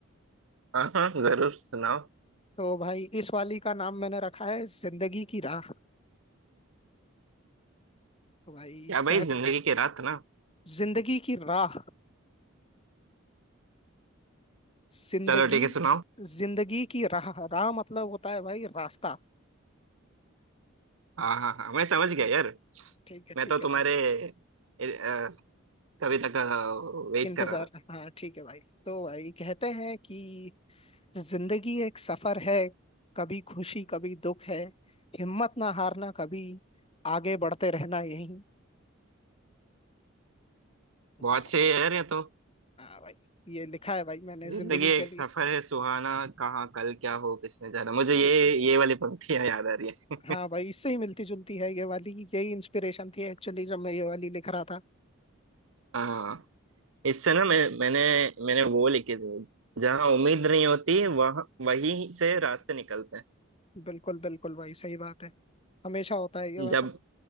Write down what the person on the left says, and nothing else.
तो भाई इस वाली का नाम मैंने रखा है जिंदगी की राह तो भाई
कह
जिंदगी की राह जिंदगी
जिंदगी की राह राह मतलब होता है भाई रास्ता
ठीक है
ठीक
है तो
इंतजार
हाँ ठीक है भाई तो भाई कहते हैं कि जिंदगी एक सफर है कभी खुशी कभी दुख है हिम्मत ना हारना कभी आगे बढ़ते रहना यही
वाह वाह
हाँ भाई ये लिखा है भाई मैंने
जिंदगी
के लिए
किसने
जाना।
हाँ भाई इससे ही मिलती जुलती है ये वाली यही इंस्पिरेशन थी एक्चुअली जब मैं ये वाली लिख रहा था
बिल्कुल बिल्कुल भाई सही बात है हमेशा होता है ये
वाला